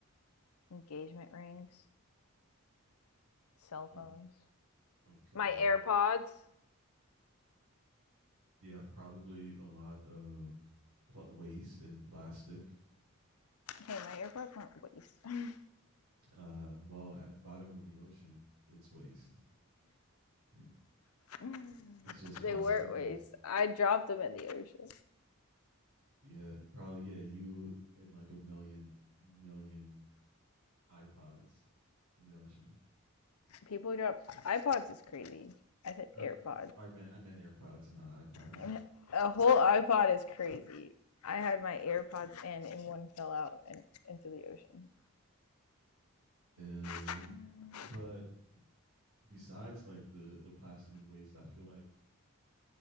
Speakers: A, on the left; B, on the right.
A: engagement rings, cell phones.
B: Oh, okay.
A: My AirPods.
B: Yeah, probably a lot of pl waste and plastic.
A: Hey, my AirPods weren't
B: Uh, well, at the bottom of the ocean, it's waste. <laughs>
A: waste.
B: It's
A: <laughs>
B: just plastic
A: They weren't waste.
B: waste.
A: I dropped them in the ocean.
B: Yeah, probably. Yeah, you and like a million million iPods in the ocean,
A: People drop iPods is crazy. I said
B: or
A: AirPods.
B: I meant I meant AirPods, not iPods.
A: <laughs> A whole iPod is crazy. I had my AirPods in and one fell out and into the ocean.
B: <laughs> uh,
A: <sighs>
B: but besides like the the plastic and waste, I feel like